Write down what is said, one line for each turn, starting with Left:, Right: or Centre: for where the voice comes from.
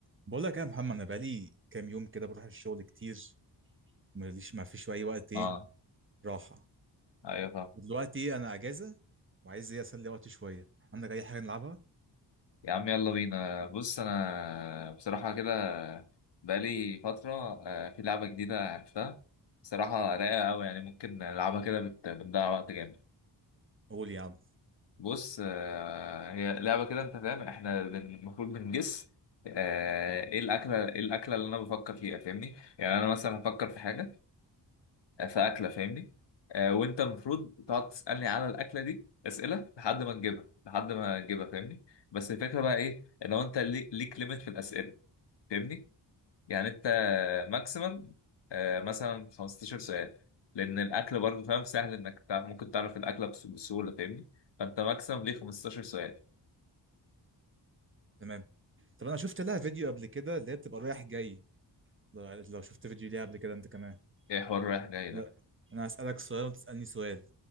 Right: بقول لك إيه يا محمد انا بقالي كام يوم كده بروح الشغل كتير ماليش ما فيش اي وقت ايه
Left: اه
Right: راحه
Left: ايوه طبعا
Right: ودلوقتي إيه، انا اجازه وعايز ايه اسلي وقتي شويه عندك اي حاجه نلعبها
Left: يا عم يلا بينا بص انا بصراحه كده بقالي فتره آه، في لعبه جديده عرفتها بصراحه رايقه قوي يعني ممكن نلعبها كده بت- بنضيع وقت جامد
Right: قول يا عم
Left: بص آه، هي لعبه كده انت فاهم احنا بن- المفروض بنجس آه، ايه الاكله ايه الاكله اللي انا بفكر فيها فاهمني يعني انا مثلا هفكر في حاجه في اكله فاهمني آه، وانت المفروض تقعد تسالني على الاكله دي اسئله لحد ما نجيبها لحد ما نجيبها فاهمني بس الفكره بقى ايه ان هو انت لي- ليك ليميت في الاسئله فاهمني يعني انت ماكسيمم مثلا 15 سؤال لان الاكل برضه فاهم سهل انك تع- ممكن تعرف الاكله بس- بسهوله فاهمني فانت ماكسيمم ليه 15 سؤال
Right: تمام طب انا شفت لها فيديو قبل كده اللي هي بتبقى رايح جاي لو لو شفت فيديو ليها قبل كده انت كمان
Left: ايه حوار رايح جاي
Right: لا
Left: ده
Right: انا هسالك سؤال وانت تسالني سؤال